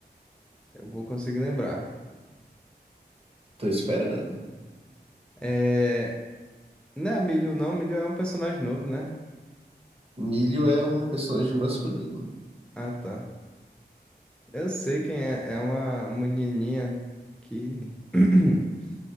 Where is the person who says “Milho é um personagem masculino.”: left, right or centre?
Right